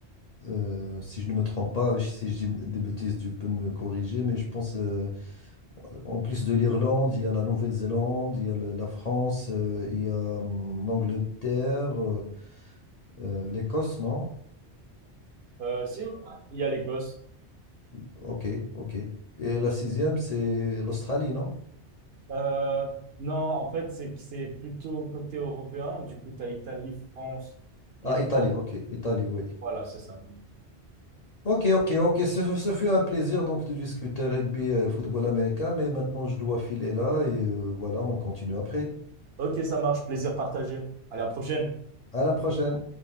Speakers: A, on the left; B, on the right.
A: Euh, si je ne me trompe pas, je- si je dis des bêtises, tu peux me corriger. Mais je pense, euh, en plus de l'Irlande, il y a la Nouvelle-Zélande, il y a la, la France, euh, il y a hum, l'Angleterre, euh, euh, l'Écosse, non?
B: Euh, si, il y a l'Écosse.
A: Ok, ok. Et la sixième, c'est l'Australie, non?
B: Euh, non, en fait, c'est que c'est plutôt côté européen. Du coup, tu as Italie, France, Irlande.
A: Ah, Italie, ok. Italie, oui.
B: Voilà, c'est ça.
A: Ok, ok, ok. Ce, ce fut un plaisir donc de discuter rugby et football américain, mais maintenant je dois filer là et euh, voilà, on continue après.
B: Ok, ça marche. Plaisir partagé. À la prochaine.
A: À la prochaine.